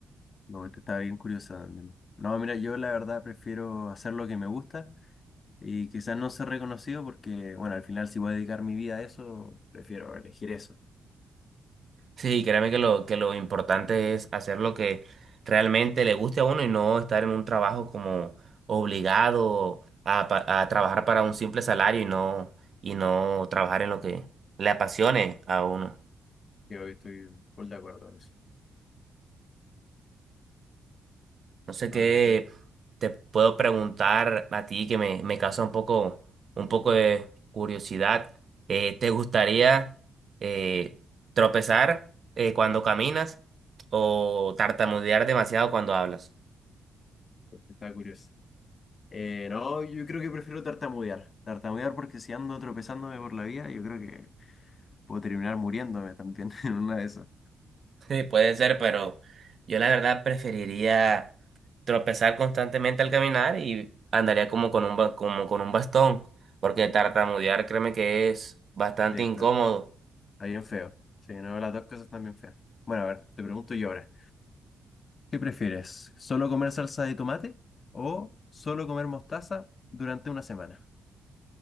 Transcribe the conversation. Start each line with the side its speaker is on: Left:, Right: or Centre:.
Left: No, esta está bien curiosa también. No, mira, yo la verdad prefiero hacer lo que me gusta y quizás no ser reconocido porque, bueno, al final si voy a dedicar mi vida a eso, prefiero elegir eso.
Right: Sí, créeme que lo, que lo importante es hacer lo que realmente le guste a uno y no estar en un trabajo como obligado a, pa- a trabajar para un simple salario y no, y no trabajar en lo que le apasione a uno.
Left: Yo estoy full de acuerdo con eso.
Right: No sé qué
Left: A ver, mira,
Right: te puedo preguntar a ti que me, me causa un poco, un poco de curiosidad. Eh, ¿te gustaría eh, tropezar eh, cuando caminas o tartamudear demasiado cuando hablas?
Left: pues, está curioso. Eh, no, yo creo que prefiero tartamudear. Tartamudear porque si ando tropezándome por la vida, yo creo que puedo terminar muriéndome también <laughs> en una de esas.
Right: Sí, puede ser, pero yo la verdad preferiría tropezar constantemente al caminar y andaría como con un, ba- como con un bastón, porque tartamudear créeme que es bastante
Left: Sí, está,
Right: incómodo.
Left: está bien feo. Sí, no, las dos cosas están bien feas. Bueno, a ver, te pregunto yo ahora. ¿Qué prefieres? ¿Solo comer salsa de tomate o solo comer mostaza durante una semana?